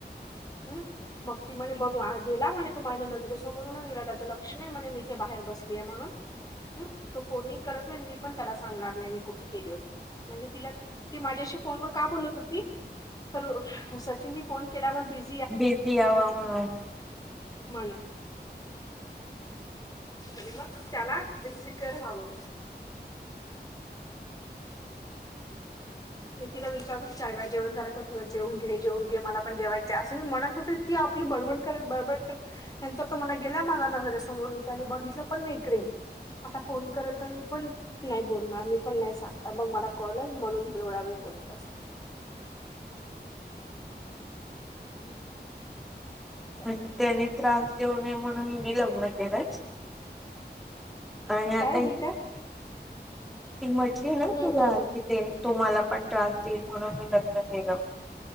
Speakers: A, on the left; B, in the centre.
A: हम्म मग ती म्हणे बघ आत गेला म्हणे तो माझ्या नजरेसमोरूनच गेला त्याचं लक्षण नाही म्हणे मी इथे बाहेर बसली आहे म्हणून हम्म तो फोनही करत नाही अन मी पण त्याला सांगणार नाही मी कुठे केली होती म्हणून म्हणजे तिला ती माझ्याशी फोनवर का बोलत होती तर सचिननी फोन केल्यावर बीझ
B: बिझी यावा म्हणून
A: मला आणि मग त्याला इनसेंक्यूअर व्हावं मी तिला विचारलं चार वेळा जेवण झालं काय जेवून घे जेवून घे मला पण जेवायचंय असं मी म्हणत हो ती आपली बडबड बडबड करत नंतर तो मला गेला माझ्या नजरे समोर त्याने बघितलं पण नाही इकडे आता फोन करल तर मी पण नाही बोलणार मी पण नाही सांगणार मग मला कॉल आहे म्हणून एवढा वेळ बोलत असल हम्म अच्छा.
B: आणि त्याने त्रास देऊ नये म्हणून हिने लग्न केलं आणि आता
A: काय
B: हीं
A: ही का?
B: ती म्हटली
A: हम्म
B: ना
A: हम्म
B: तुला
A: हम्म
B: कि
A: हम्म.
B: ते तुम्हाला पण त्रास देईल म्हणून मी लग्न केलं